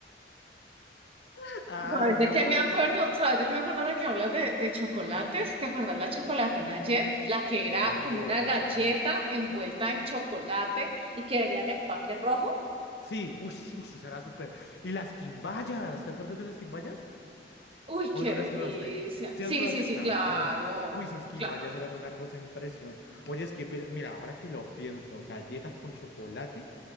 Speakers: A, on the left (about 70°); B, on the right (about 35°).
A: <laughs> Ay,
B: ¿Sabes
A: no.
B: de qué me acuerdo? ¿Sabes de qué me acuerdo ahora que hablas de, de chocolates? ¿Te acuerdas la chocolatina ayer? La que
A: Obvio.
B: era como una galleta envuelta en chocolate y que venía en empaque rojo.
A: Sí, uy, sí, uy, sí, será súper. ¿Y las quimbayas? ¿Te acuerdas de las quimbayas?
B: Uy,
A: ¿O
B: qué
A: no las
B: delicia.
A: probaste? ¿Sí
B: Sí,
A: las probaste?
B: sí, sí,
A: Claro.
B: claro,
A: Uy, esas quimbayas
B: claro.
A: eran una cosa impresión. Oye, es que, pe- mira, ahora que lo pienso, galletas con chocolate.